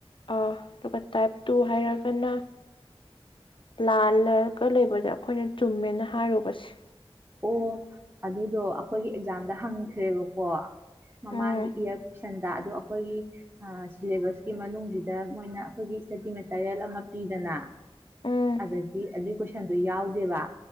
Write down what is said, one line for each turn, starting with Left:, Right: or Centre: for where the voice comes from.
Left: ꯑ ꯑꯗꯨꯒ ꯇꯥꯏꯞ ꯇꯨ ꯍꯥꯏꯔꯒꯅ ꯂꯥꯜꯂꯒ ꯂꯩꯕꯗ ꯑꯩꯈꯣꯏꯅ ꯆꯨꯝꯃꯦꯅ ꯍꯥꯏꯔꯨꯕꯁꯦ
Right: ꯑꯣ ꯑꯗꯨꯗꯣ ꯑꯩꯈꯣꯏꯒꯤ ꯑꯦꯛꯖꯥꯝꯗ ꯍꯪꯈ꯭ꯔꯦꯕꯀꯣ ꯃꯃꯥꯡꯒꯤ
Left: ꯎꯝ
Right: ꯏꯌꯥꯔ ꯀꯣꯏꯁꯟꯗ ꯑꯗꯣ ꯑꯩꯈꯣꯏꯒꯤ ꯁꯤꯂꯦꯕꯁꯀꯤ ꯃꯅꯨꯡꯁꯤꯗ ꯃꯣꯏꯅ ꯑꯩꯈꯣꯏꯒꯤ ꯏꯁꯇꯗꯤ ꯃꯦꯇꯔꯤꯌꯦꯜ ꯑꯃ ꯄꯤꯗꯅ
Left: ꯎꯝ
Right: ꯑꯗꯗꯤ ꯑꯗꯨ ꯀꯣꯏꯁꯟꯗꯣ ꯌꯥꯎ ꯗꯦꯕ